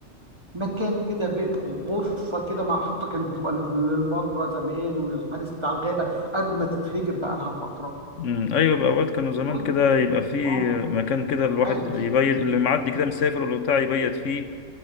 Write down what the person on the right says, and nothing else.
مكان كده ب- غرفة كده محطوطة كانت بتبقى لل- للمرة زمان وللحارس بتاع الغابة قبل ما تتهجر بقى لها فترة
خد-
اه
حارس